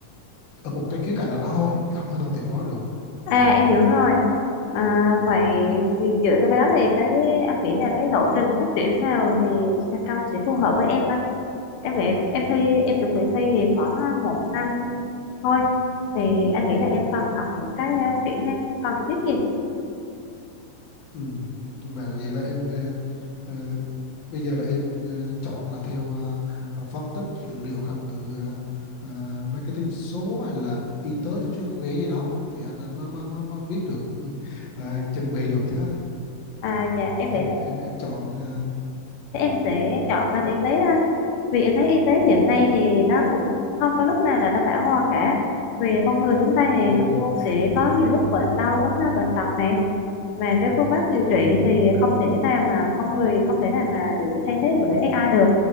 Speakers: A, on the left (about 60°); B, on the left (about 85°).
A: ở một cái khía cạnh nào đó thôi chứ không thể nào tuyệt đối được
B: À em hiểu rồi. À, vậy thì dựa theo cái đó thì cái anh nghĩ là cái lộ trình phát triển nào thì Trà Trong sẽ phù hợp với em anh em nghĩ em thi em chuẩn bị thi thì khoảng à, một năm thôi thì anh nghĩ là em
A: ừ.
B: cần học những cái à, kỹ năng cần thiết gì
A: Ừ. mà vậy là em ờ, ờ, bây giờ là em ờ, chọn là theo ờ, ờ, phân tích dữ liệu học từ ờ, ờ, marketing số hay là y tế chăm sóc sức khỏe gì đó thì anh anh mới mới mới, mới biết được ừ, ờ, chuẩn bị được chứ
B: à dạ em
A: em
B: nghĩ là
A: em em chọn ờ,
B: chắc em sẽ chọn ngành y tế anh vì em thấy y tế hiện nay thì nó cũng không có lúc nào là nó bão hòa cả vì con người chúng ta thì
A: đúng
B: luôn
A: rồi
B: luôn sẽ có nhiều lúc bệnh đau ốm đau bệnh tật nè mà cái
A: ừ.
B: phương pháp điều trị thì không thể nào mà con người không thể nào mà bị thay thế bởi AI được